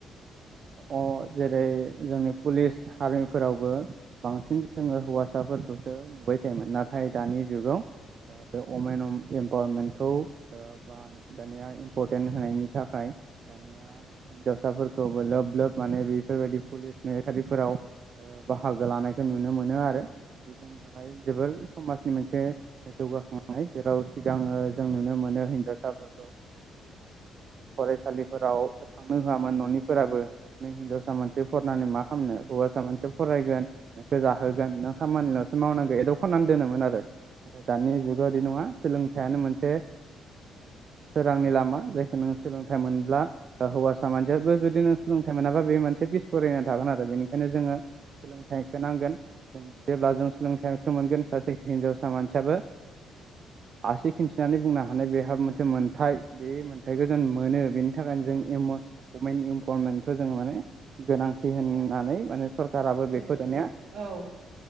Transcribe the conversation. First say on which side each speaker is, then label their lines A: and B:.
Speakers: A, on the right; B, on the right.
A: अ जेरै जोंनि पुलिस आर्मिफोरावबो बांसिन जोङो हौवासाफोरखौसो नुबाय थायोमोन नाथाय दानि जुगाव बे अमेन इम्पावारमेन्टखौ ब दानिया इम्परटेन्ट होनायनि थाखाय दानिया हिनजावसाफोरखौबो लोब लोब माने बेफोर बायदि पुलिस मिलिटारिफोराव। बाहाग लानायखौ नुनो मोनो आरो बे जोंनि थाखाय जोबोर समाजनि मोनसे जौगाखांनाय। जेराव सिगाङो जों नुनो मोनो हिन्जावसाफोरखौ फरायसालिफोराव थांनो होआमोन ननिफोराबो नों हिनजावसा मानसि फरायनानानै मा खालामनो। हौवासा मानसि फरायगोन नोंखौ जाहोगोन नों खामानिलसो मावनांगौ एदब खालामनानै दोनोमोन आरो। नाथाय दानि जुगा इदि नङा सोलोंथाइयानो मोनसे सोरांनि लामा जायखौ नों सोलोंथाइ मोनब्ला हौवासा मानसियाबो जुदि नों सोलोंथाइ मोनाबा बे मोनसे एसे फरायना थागोन आरो बेनिखायनो जोङो सोलोंथाइ। नांगोन जेब्ला जों सोलोंथाइखौ मोनगोन सासे हिनजावसा मानसियाबो आसि खिन्थिनानै बुंनो हानाय बेहा मोनसे मोनथाय बे मोनथायखौ जों मोनो बेनि थाखायनो जों अमेन इमपरमेन्टखौ जोङो माने गोनांथि होननानै माने सरकाराबो
B: उम
A: बेखौ दानिया
B: उम औ।